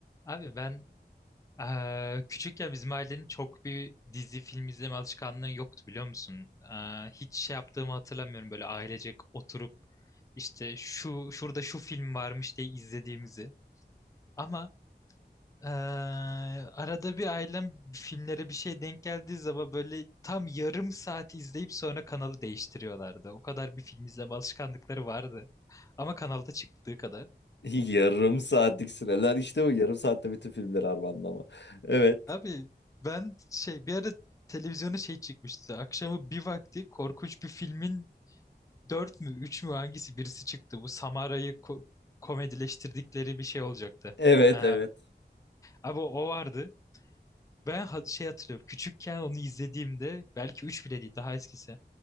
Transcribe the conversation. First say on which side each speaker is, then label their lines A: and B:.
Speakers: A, on the left; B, on the left.
A: Abi ben eee küçükken bizim ailenin çok bir dizi film izleme alışkanlığı yoktu biliyor musun? Eee, hiç şey yaptığımı hatırlamıyorum böyle ailecek oturup işte şu şurada şu film varmış diye izlediğimizi. Ama eee, arada bir ailem filmlere bir şey denk geldiği zaman böyle tam yarım saat izleyip sonra kanalı değiştiriyorlardı. O kadar bir film izleme alışkanlıkları vardı. Ama kanalda çıktığı kadar.
B: <laughs> Yarım saatlik süreler işte bu yarım saatte bütün filmleri armağanlama. Evet.
A: Abi ben şey bir ara televizyona şey çıkmıştı. Akşamı bir vakti korkunç bir filmin dört mü üç mü hangisi birisi çıktı. Bu Samara'yı ko- komedileştirdikleri bir şey olacaktı.
B: Evet
A: Ee,
B: evet.
A: abi o vardı. Ben ha- şey hatırlıyorum. Küçükken onu izlediğimde belki üç bile değil daha eskisi.